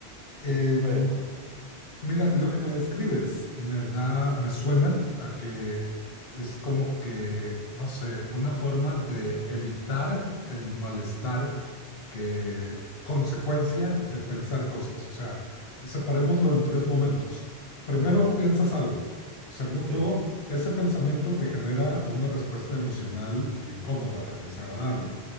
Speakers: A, on the right; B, on the left.
A: Sí,
B: Em,
A: justo eso.
B: Mira, lo que me describes me da, me suena a que es como que, no sé, una forma de evitar el malestar que consecuencia de pensar cosas. O sea, separémoslo en tres momentos. Primero,
A: Ok,
B: piensas algo. Segundo,
A: sí,
B: ese pensamiento te genera una respuesta emocional incómoda, desagradable.